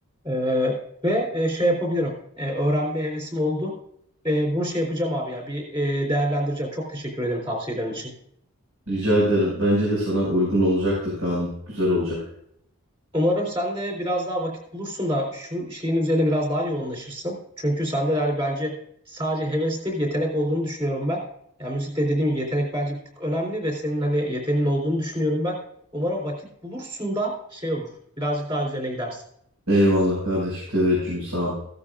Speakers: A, on the right; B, on the right.
A: ee, ve e, şey yapabilirim. Ee, öğrenme hevesim oldu. Ee, bunu şey yapacağım abi ya bir e, değerlendireceğim. Çok teşekkür ederim tavsiyelerin için.
B: Rica ederim. Bence de sana uygun olacaktır kanun. Güzel olacak.
A: Umarım sen de biraz daha vakit bulursun da şu şeyin üzerine biraz daha yoğunlaşırsın. Çünkü sende de hani bence sadece heves değil yetenek olduğunu düşünüyorum ben. Yani müzikte dediğim gibi yetenek bence bir tık önemli ve senin hani yeteneğin olduğunu düşünüyorum ben. Umarım vakit bulursun da şey olur. Birazcık daha üzerine gidersin.
B: Eyvallah kardeşim. Teveccühün sağ ol.